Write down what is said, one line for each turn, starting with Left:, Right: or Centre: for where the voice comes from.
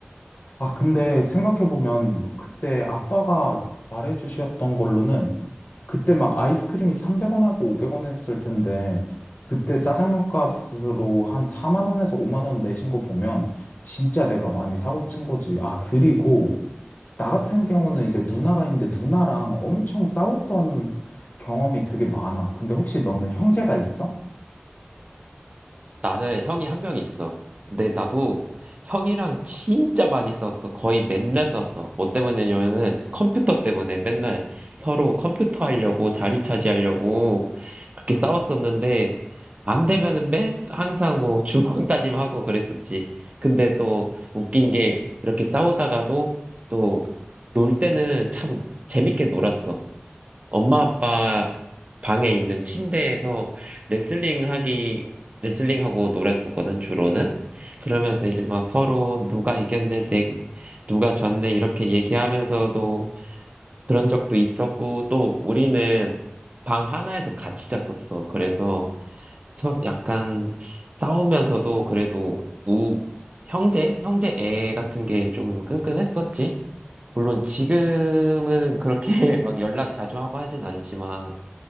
Left: 아, 근데 생각해보면 그때 아빠가 말해주셨던 걸로는 그때 막 아이스크림이 300원하고 500원 했을 텐데 그때 짜장면 값으로 한 4만 원에서 5만 원 내신 거 보면 진짜 내가 많이 사고 친 거지. 아, 그리고 나 같은 경우는 이제 누나가 있는데 누나랑 엄청 싸웠던 경험이 되게 많아. 근데 혹시 너는 형제가 있어?
Right: 나는 형이 한 명 있어. 근데 나도 형이랑 진짜 많이 썼어. 거의 맨날 썼어. 뭐 때문이냐면은 컴퓨터 때문에 맨날 서로 컴퓨터 하려고 자리 차지하려고 그렇게 싸웠었는데 안 되면은 맨 항상 뭐 <laughs> 주먹 다짐하고 그랬었지. 근데 또 웃긴 게 이렇게 싸우다가도 또 놀 때는 참 재밌게 놀았어. 엄마 아빠 방에 있는 침대에서 레슬링 하기, 레슬링 하고 놀았었거든, 주로는. 그러면서 이제 막 서로 누가 이겼네, 내, 누가 졌네, 이렇게 얘기하면서도 그런 적도 있었고, 또 우리는 방 하나에서 같이 잤었어. 그래서 서- 약간 싸우면서도 그래도 우, 형제? 형제 애 같은 게 좀 끈끈했었지. 물론 지금은 그렇게 <laughs> 막 연락 자주 하고 하진 않지만,